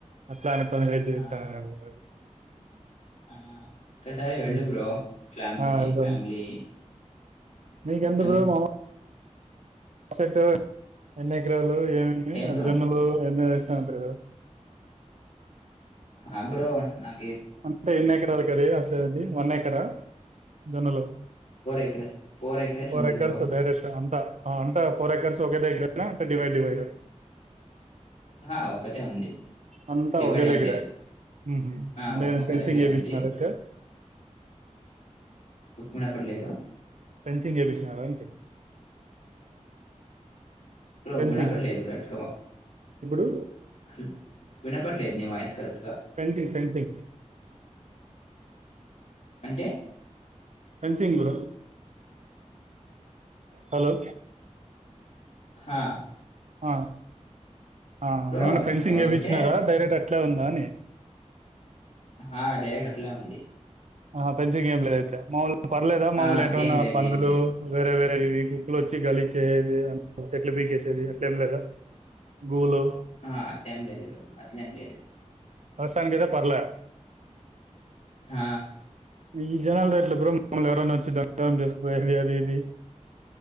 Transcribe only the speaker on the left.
ఆహా
ఆ ఒక్కసారి వెళ్ళు
బ్రో. ఫ్యామిలీ
ఫ్యామిలీ
మొత్తం
ఏం బ్రో?
ఆ బ్రో అంటే నాక్.
ఎకర ఎకరేస్
ఉంది
బ్రో.
హా ఓక్ ఒక్కతే ఉంది
డివైడ్
ఏం
లేదు
ఆ
ఒక
దగ్గర
ఉంది
ఉన్నప్పుడు లేదు.
బ్రో
వినపడలేదు కరెక్ట్ వా
హల్ వినపట్లేదు నీ వాయిస్. కరెక్ట్.
అంటే
హా
బ్రో
అంటే
ఆ డైరెక్ట్ అట్లే ఉంది
ఆ!
ఏం లేదు.
ఏం లేదు.
ఆ అట్టేం లేదు బ్రో అట్లెం లేదు
ఆ